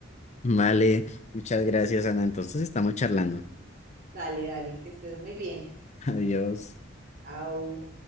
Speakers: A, on the left (about 35°); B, on the right (about 50°).
A: Vale, muchas gracias Ana. Entonces estamos charlando.
B: Dale, dale, que estés muy bien.
A: <laughs> Adiós.
B: Chao.